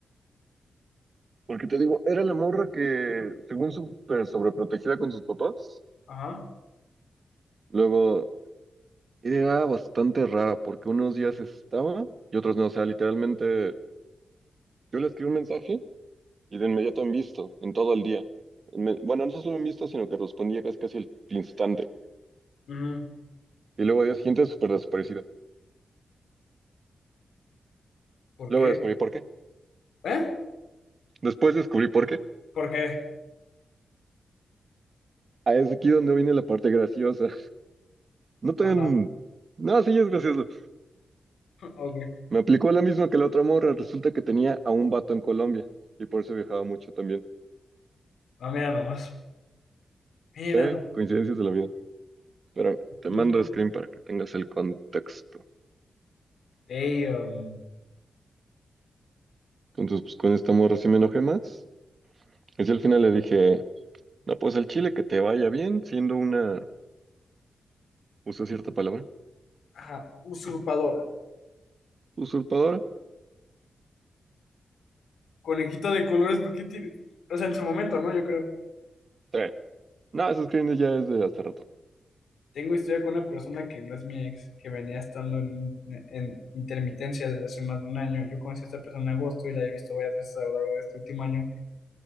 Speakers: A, on the right (about 55°); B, on the left (about 80°).
A: Porque te digo, era la morra que, según súper sobreprotegida con sus papás,
B: Ajá,
A: luego era bastante rara, porque unos días estaba y otros no. O sea, literalmente, yo le escribí un mensaje y de inmediato han visto, en todo el día. Me- bueno, no solo han visto, sino que respondía casi casi al instante.
B: ujú,
A: Y luego al día siguiente, súper desaparecida.
B: ¿por
A: Luego
B: qué?
A: descubrí por qué.
B: ¿Eh?
A: Después descubrí por qué.
B: ¿Por qué?
A: Ah, es aquí donde viene la parte graciosa. No tan...
B: Ajá,
A: No, sí, es gracioso.
B: <laughs> ok,
A: Me aplicó la misma que la otra morra. Resulta que tenía a un vato en Colombia y por eso viajaba mucho también.
B: ah, mira nomás. Era
A: Sí,
B: una
A: coincidencias de la vida. Pero te
B: blusa
A: mando screen para que tengas el contexto.
B: de um,
A: Entonces, pues con esta morra sí me enojé más. Y sí, al final le dije, no, pues al Chile que te vaya bien, siendo una, usé cierta palabra,
B: ajá, usurpadora.
A: usurpadora.
B: Conejito de colores, porque tiene. O sea, en su momento, ¿no? Yo creo.
A: Sí. No, ese screen ya es de hace rato.
B: Tengo historia con una persona que no es mi ex, que venía estando en, en intermitencia desde hace más de un año. Yo conocí a esta persona en agosto y la he visto varias veces a lo largo de este último año.